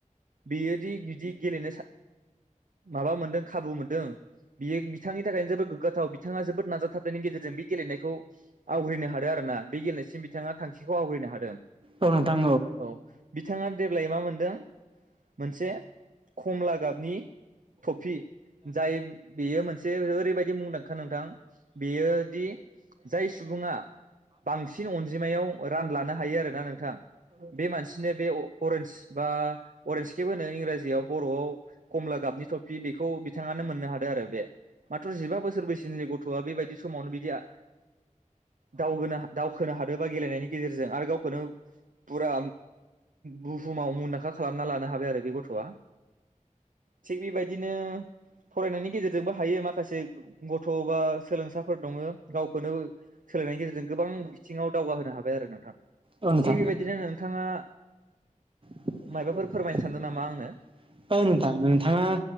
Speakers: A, on the right (about 85°); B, on the right (about 40°).
A: बियोदि बिदि गेलेनो सा माबा मोनदों खाबु मोनदों बियो बिथांनि थाखायनो जोबोद गोग्गाथाव बिथाङा जोबोद नाजाथाबनायनि गेजेरजों बि गेलेनायखौ आवग्रिनो हादों आरो ना बे गेलेनायसिम बिथाङा थांखिखौ आवग्रिनो हादों
B: औ नोंथां
A: औ बिथाङा देब्लाय मा मोनदों मोनसे खमला गाबनि थफि जाय बेयो मोनसे ओरैबायदि मुंदांखा नोंथां बेयोदि जाय सु सुबुङा बांसिन अनजिमायाव रान लानो हायो आरोना नोंथां बे मानसिनो बे अरेन्ज बा अरेन्सकेप होनो इंराजियाव बर'आव कमला गाबनि ट्रफि बेखौ बिथाङानो मोननो हादों आरो बे माथ्र' जिबा बोसोर बैसोनि गथ'आ बेबायदि समावनो बिदि आ दावगोनो हा दावखोनो हादोबा गेलेनायनि गेजेरजों आरो गावखौनो फुरा बुहुमाव मुंदांखा खालामना लानो हाबाय आरो बे गथ' वा थिग बेबायदिनो फरायनायनि गेजेरजोंबो हायो माखासे गथ' बा सोलोंसाफोर दङ गावखौनो सोलायनायनि गेजेरजों गोबां बिथिङाव दावगाहोनो हाबाय आरो नोंथां
B: औ नोंथां
A: थिग बेबायदिनो नोंथाङा
B: <unintelligible>
A: मायबाफोर फोरमायनो सानदों नामा आंनो?
B: ओ नोंथां नोंथाङा